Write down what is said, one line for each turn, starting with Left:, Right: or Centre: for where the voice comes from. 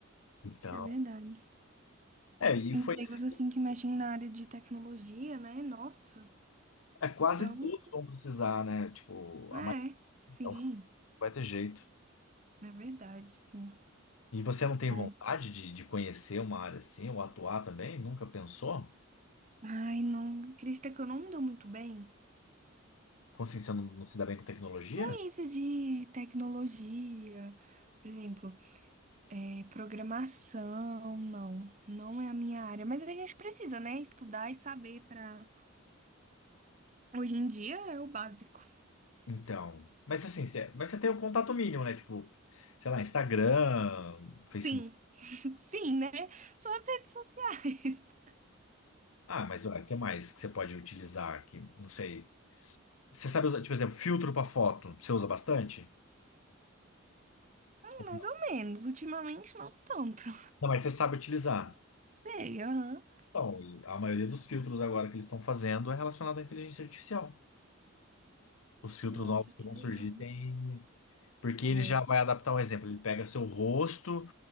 Left: Então,
Right: Isso é verdade.
Left: é, e
Right: Empregos
Left: foi assim,
Right: assim que mexem na área de tecnologia, né? Nossa.
Left: é quase
Right: Então,
Left: todos vão precisar, né? Tipo,
Right: é.
Left: a maioria.
Right: Sim.
Left: então, vai ter jeito.
Right: É verdade, sim.
Left: E você não tem
Right: É.
Left: vontade de, de conhecer uma área assim, ou atuar também? Nunca pensou?
Right: Ai, não. Acredita que eu não me dou muito bem
Left: Como assim, você não, não se dá bem com tecnologia?
Right: com isso de tecnologia. Por exemplo. É, programação, não, não é a minha área, mas a gente precisa, né, estudar e saber para hoje em dia é o básico.
Left: Então. Mas assim, você, mas você tem o contato mínimo, né? Tipo, sei lá, Instagram, Facebook.
Right: Sim. <laughs> Sim, né? Só as redes sociais. <laughs>
Left: Ah, mas o que mais que você pode utilizar aqui? Não sei. Você sabe usar, tipo, por exemplo, filtro para foto, você usa bastante?
Right: Hum,
Left: Ou
Right: Mais
Left: Não,
Right: ou menos, ultimamente não tanto.
Left: Não, mas você sabe utilizar.
Right: Sei, aham.
Left: Então, e a maioria dos filtros agora que eles estão fazendo é relacionado à inteligência artificial. Os filtros
Right: Nossa,
Left: novos que
Right: que
Left: vão
Right: legal.
Left: surgir têm. Porque ele
Right: É,
Left: já vai adaptar um exemplo. Ele pega seu rosto,